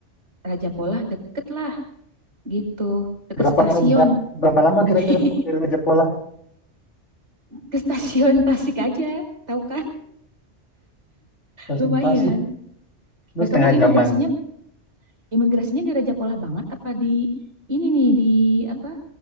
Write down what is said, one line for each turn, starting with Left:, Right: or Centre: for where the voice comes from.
Right: Raja Pola deket lah gitu deket
Left: Berapa
Right: stasiun
Left: berapa, berapa lama kira-kira
Right: <laughs>
Left: tuh dari Raja Polah
Right: ke stasiun Tasik aja tahu kan
Left: presentasi?
Right: lumayan
Left: Terus
Right: lah
Left: setengah
Right: kamu imigrasinya
Left: jaman.
Right: imigrasinya di Raja Polah banget apa di ini nih di apa